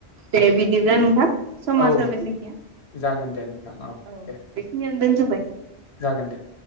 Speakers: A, on the right; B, on the left.
A: दे बिदिब्ला नोंथां समा
B: औ
A: जाबाय जोंनिया
B: जागोन दे नोंथां
A: औ
B: दे
A: बेखिनियावनो दोनथबाय
B: जागोन दे